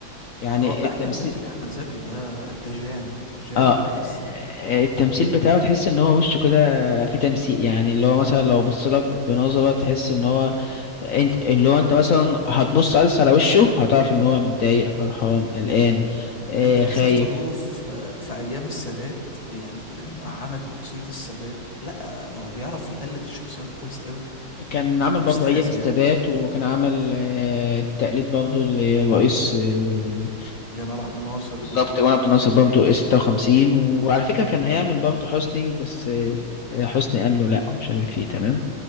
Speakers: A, on the left; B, on the left.
A: يعني
B: اه
A: التمثيل
B: احمد زكي احمد زكي ده ده جان جان
A: اه
B: السينما
A: التمثيل بتاعه تحس ان هو وشه كده في تمثيل يعني اللي هو مثلا لو بص لك بنظرة تحس ان هو انت اللي هو انت مثلا هتبص بس على وشه هتعرف ان هو متضايق فرحان قلقان آه
B: انت لو
A: خايف
B: شفت دوره في في ايام السادات يعني لما عمل شخصية السادات لا آه، هو بيعرف يقلد الشخصيات كويس قوي
A: كان عمل برضه
B: استاذ
A: ايام السادات
B: يعني
A: وكان عمل آه تقليد برضه لرئيس آه
B: جمال عبد الناصر
A: بالظبط
B: برضو
A: جمال عبد الناصر برضه 56 وعلى فكرة
B: مم،
A: كان هيعمل برضه حسني بس آه حسني قال له لا مش عارف ايه تمام